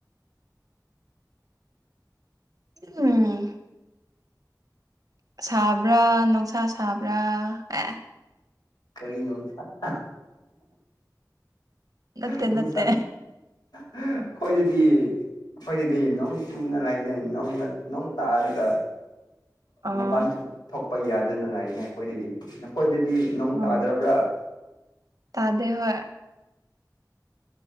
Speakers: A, on the right; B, on the left.
A: ꯎꯝ ꯁꯥꯕ꯭ꯔꯥ ꯅꯨꯡꯁꯥ ꯁꯥꯕ꯭ꯔꯥ ꯑꯦ
B: ꯀꯔꯤ ꯅꯨꯡꯁꯥ ꯀ
A: ꯅꯠꯇꯦ
B: ꯅꯨꯡꯁꯥ
A: ꯅꯠꯇꯦ
B: ꯑꯩꯈ‌‌ꯧꯏꯗꯗꯤ ꯑꯩꯈꯣꯏꯗꯗꯤ ꯅꯣꯡ ꯆꯨꯅ ꯂꯩꯅ ꯅꯅ ꯅꯣꯡ ꯇꯥꯔꯒ
A: ꯑꯣ
B: ꯃꯄꯥꯟꯁꯨ ꯊꯣꯛꯄ ꯌꯥꯗꯅ ꯂꯥꯛꯏꯅꯦ ꯑꯩꯈꯣꯏꯗꯗꯤ ꯅꯈꯣꯏꯗꯗꯤ
A: ꯑꯣ
B: ꯇꯥꯗ꯭ꯔꯕ
A: ꯇꯥꯗꯦ ꯍꯣꯏ